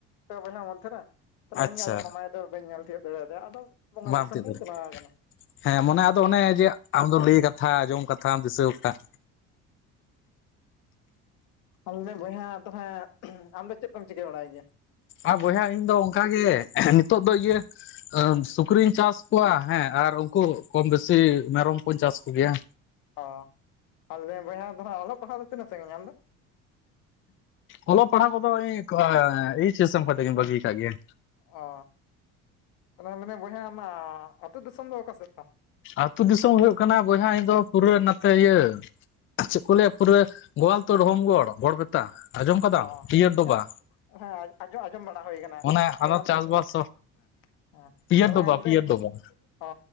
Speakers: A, on the left; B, on the left.
A: ᱯᱮ ᱵᱚᱭᱦᱟ ᱢᱚᱫᱽᱫᱷᱮᱨᱮ᱾ ᱛᱟᱦᱚᱞᱮ
B: ᱟᱪᱪᱷᱟ
A: ᱤᱧ ᱜᱮ ᱟᱫᱚ ᱢᱟᱢᱟᱭᱳ ᱫᱚ ᱵᱟᱹᱧ ᱧᱮᱞ ᱛᱤᱭᱳᱜ ᱫᱟᱲᱮᱭᱟᱫᱮᱭᱟ, ᱟᱫᱚ ᱵᱚᱸᱜᱟ
B: ᱵᱟᱢ
A: ᱫᱤᱥᱚᱢ
B: ᱛᱤᱭᱳᱜ
A: ᱨᱤᱧ
B: ᱫᱟᱲᱮᱭᱟᱜᱼᱟ
A: ᱪᱟᱞᱟᱣ ᱠᱟᱱᱟ᱾
B: ᱦᱮᱸ ᱢᱚᱱᱮ ᱟᱫᱚ ᱚᱱᱮ ᱡᱮ ᱟᱢᱫᱚ ᱞᱟᱹᱭ ᱠᱟᱛᱷᱟ ᱟᱸᱚᱢ ᱠᱟᱛᱷᱟᱢ ᱫᱤᱥᱟᱹ ᱠᱟᱜᱼᱼ
A: ᱦᱮᱸ᱾ ᱟᱢᱜᱮ ᱵᱚᱭᱦᱟ ᱛᱟᱦᱮ, ᱟᱢ ᱫᱚ ᱪᱮᱫ ᱠᱚᱢ ᱪᱤᱠᱟᱹ ᱵᱟᱲᱟᱭ ᱜᱮᱭᱟ‍?
B: ᱟᱨ ᱵᱚᱭᱦᱟ ᱤᱧ ᱫᱚ ᱚᱱᱠᱟᱜᱮ ᱱᱤᱛᱚᱜ ᱫᱚ ᱤᱭᱟᱹᱼᱼ ᱥᱩᱠᱨᱤᱧ ᱪᱟᱥ ᱠᱚᱣᱟ, ᱦᱮᱸ ᱟᱨ ᱩᱱᱠᱩ ᱠᱚᱢ ᱵᱮᱥᱤ ᱢᱮᱨᱚᱢ ᱠᱩᱧ ᱪᱟᱥ ᱠᱚᱜᱮᱭᱟ᱾
A: ᱚ ᱟᱨ ᱞᱟᱹᱭ ᱫᱤᱧ ᱵᱚᱭᱦᱟ ᱫᱚ ᱦᱟᱸᱜ ᱚᱞᱚᱜ ᱯᱟᱲᱦᱟᱜ ᱫᱚ ᱛᱤᱱᱟᱹᱜ ᱥᱟᱺᱜᱤᱧ ᱧᱟᱢ ᱫᱚ‍?
B: ᱚᱞᱚᱜ ᱯᱟᱲᱦᱟᱜ ᱠᱚᱫᱚ ᱤᱧ ᱮᱭᱤ ᱪᱮᱥ ᱮᱢ ᱠᱟᱛᱮ ᱜᱤᱧ ᱵᱟᱹᱜᱤᱭ ᱠᱟᱜ ᱜᱮᱭᱟ᱾
A: ᱚ ᱛᱟᱦᱚᱞᱮ ᱞᱮᱫᱟᱹᱧ ᱵᱚᱭᱦᱟ ᱟᱢᱟᱜᱟᱜ ᱟᱹᱛᱩ ᱫᱤᱥᱚᱢ ᱫᱚ ᱚᱠᱟ ᱥᱮᱫ ᱛᱟᱢ?
B: ᱟᱹᱛᱩ ᱫᱤᱥᱚᱢ ᱦᱩᱭᱩᱜ ᱠᱟᱱᱟ ᱵᱚᱭᱦᱟ ᱤᱧ ᱫᱚ ᱯᱩᱨᱟᱹ ᱱᱟᱛᱮ ᱤᱭᱟᱹ ᱪᱮᱫ ᱠᱚ ᱞᱟᱹᱭᱟ ᱯᱩᱨᱟᱹᱼᱼ ᱜᱳᱣᱟᱞᱛᱳᱲ ᱦᱳᱢᱜᱚᱲ ᱜᱚᱲ ᱵᱮᱛᱟ ᱟᱸᱡᱚᱢ ᱠᱟᱫᱟᱢ
A: ᱚ
B: ᱯᱤᱭᱟᱹᱨ ᱰᱚᱵᱟ᱾
A: ᱦᱮᱸ ᱦᱮᱸ ᱟᱸᱡᱚ ᱟᱸᱡᱚᱢ ᱵᱟᱲᱟ ᱦᱩᱭ ᱠᱟᱱᱟ᱾
B: ᱚᱱᱮ
A: ᱦᱳᱭ
B: ᱟᱫᱚ
A: ᱟᱫᱚᱼᱼ
B: ᱪᱟᱥᱵᱟᱥ
A: ᱦᱮᱸ
B: ᱯᱤᱭᱟᱹᱨ
A: ᱛᱟᱦᱚᱞᱮ
B: ᱰᱚᱵᱟ ᱯᱤᱭᱟᱹᱨ
A: ᱞᱮᱼᱼ
B: ᱰᱚᱵᱟ
A: ᱚ